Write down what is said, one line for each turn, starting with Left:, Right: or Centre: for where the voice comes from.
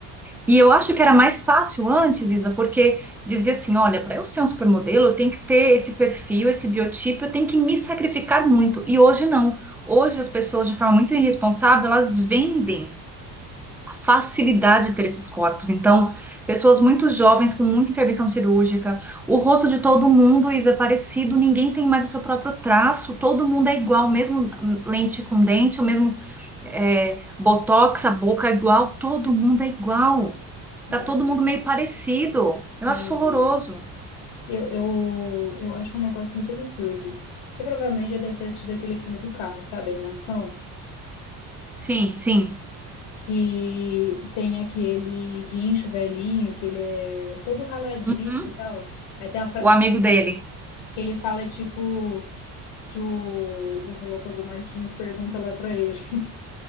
Centre: E eu acho que era mais fácil antes, Isa, porque dizia assim, olha, para eu ser um supermodelo, eu tenho que ter esse perfil, esse biotipo, eu tenho que me sacrificar muito. E hoje não. Hoje as pessoas, de forma muito irresponsável, elas vendem a facilidade de ter esses corpos. Então, pessoas muito jovens com muita intervenção cirúrgica, o rosto de todo mundo é parecido, ninguém tem mais o seu próprio traço, todo mundo é igual, mesmo lente com dente, o mesmo é, botox, a boca é igual, todo mundo é igual. Tá
Left: ah,
Centre: todo mundo meio parecido. Eu
Left: sim.
Centre: acho horroroso.
Left: Eu, eu, eu acho um negócio muito absurdo. Você provavelmente já deve ter assistido aquele filme do carro, sabe? a Animação.
Centre: Sim, sim.
Left: Que tem aquele guincho velhinho, que ele é todo raladinho
Centre: Uhum.
Left: e tal. Aí tem a frase
Centre: O amigo dele.
Left: que ele fala, tipo, que o, o Relâmpago Marquinhos pergunta lá pra ele <laughs>